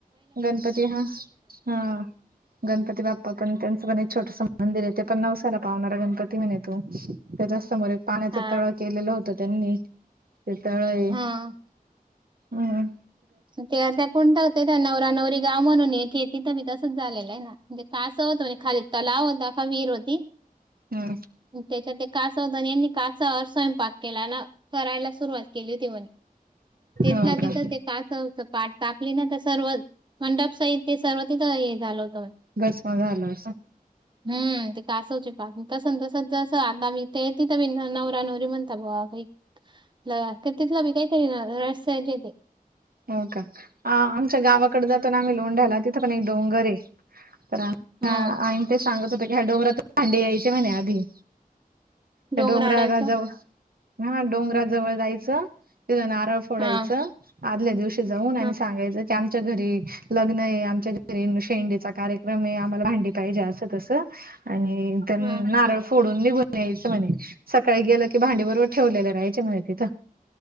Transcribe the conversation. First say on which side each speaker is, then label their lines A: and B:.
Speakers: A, on the right; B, on the right.
A: गणपती हा, हा! गणपती बाप्पा पण त्यांचं पण एक छोटस मंदिर आहे ते पण नऊसाला पाहणारा गणपती म्हणे तो. त्याच्यासमोर एक पाण्याच
B: हा
A: तळ केलेलं होत त्यांनी ते तळं आहे.
B: हा
A: हम!
B: ते <inaudible> कोणता होत त्या नवरा नवरी गाव म्हणून एक आहे तिथं बी तसंच झालेलं आहे ना? म्हणजे तिथं असं होतं म्हणे खाली तलाव होता का विहीर होती
A: हम्म
B: त्याच्यात एक कासव होतं यांनी <inaudible> स्वयंपाक केला ना, करायला सुरुवात केली होती म्हणे तिथल्या
A: हो का
B: तिथं <inaudible> पाठ टाकली ना तर सर्व मंडप साहित्य सर्व तिथं हे झालं होतं म्हणे
A: भस्म झालं
B: <inaudible> हम्म ते कासवचे पाक तस तस जस आता मी ते तिथं नवऱ्या नवरी म्हणता बवा ला तेहतीसला विकायचं ना <inaudible> येतंय.
A: हो का? आमच्या गावाकडं जातो ना आम्ही लोंढायला तिथं पण एक डोंगरय तर
B: हम्म
A: हा आई तेन सांगत होते ह्या डोंगरात भांडे यायचे म्हणे आधी त्या
B: डोंगराळाच्या
A: डोंगराला जव हा डोंगराजवळ जायचं तिथं नारळ फोडायचं
B: हा
A: आदल्या दिवशी जाऊन आणि
B: हा
A: सांगायचं क आमच्या घरी लग्न आहे, आमच्या घरी शेंडीचा कार्यक्रम आहे, आम्हाला भांडी पाहिजे असं तसं आणि त्यां
B: हा
A: नारळ फोडून निघून यायचं म्हणे सकाळी गेलं की भांडी बरोबर ठेवलेलं राहाय म्हणे तिथं.